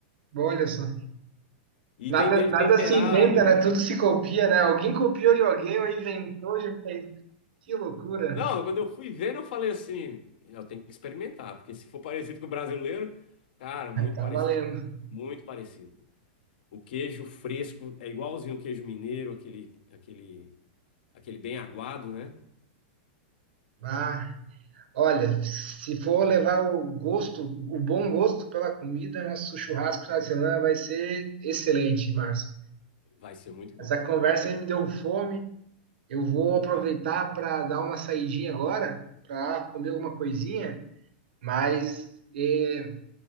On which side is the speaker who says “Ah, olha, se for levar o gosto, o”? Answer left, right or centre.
Right